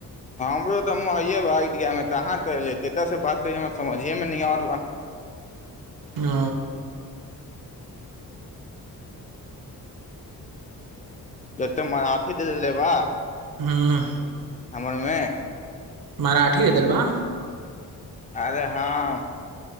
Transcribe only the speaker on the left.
हमरो तऽ हम हैयए बा एइडियामे तऽ अहाँ तऽलेतै एतयसँ बात तऽ हमरा समझेमे नहि आर बा
एतऽ अथी देबा
हमरमे
अरे हँ